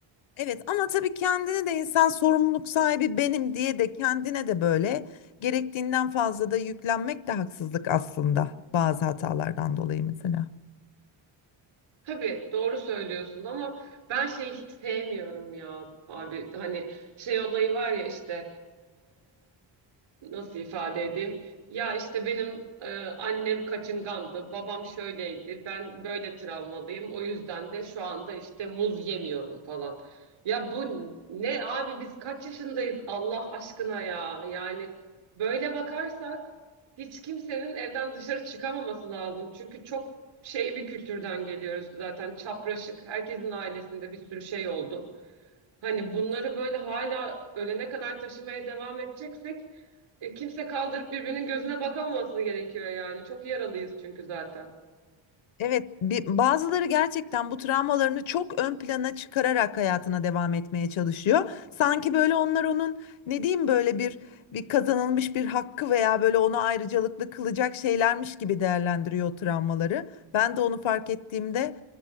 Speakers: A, on the left (about 75°); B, on the right (about 80°).
A: Evet ama tabii kendini de insan sorumluluk sahibi benim diye de kendine de böyle gerektiğinden fazla da yüklenmek de haksızlık aslında bazı hatalardan dolayı mesela.
B: Tabii doğru söylüyorsun ama ben şeyi hiç sevmiyorum ya abi. Hani şey olayı var ya işte nasıl ifade edeyim? Ya işte benim e, annem kaçıngandı, babam şöyleydi, ben böyle travmalıyım. O yüzden de şu anda işte muz yemiyorum falan. Ya bu ne abi biz kaç yaşındayız Allah aşkına ya. Yani böyle bakarsak hiç kimsenin evden dışarı çıkamaması lazım. Çünkü çok şey bir kültürden geliyoruz zaten çapraşık. Herkesin ailesinde bir sürü şey oldu. Hani
A: Evet.
B: bunları böyle hala ölene kadar taşımaya devam edeceksek e, kimse kaldırıp birbirinin gözüne bakamaması gerekiyor yani. Çok yaralıyız çünkü zaten.
A: Evet, bi- bazıları gerçekten bu travmalarını çok ön plana çıkararak hayatına devam etmeye çalışıyor. Sanki böyle onlar onun ne diyeyim böyle bir bir kazanılmış bir hakkı veya böyle onu ayrıcalıklı kılacak şeylermiş gibi değerlendiriyor o travmaları. Ben de onu fark ettiğimde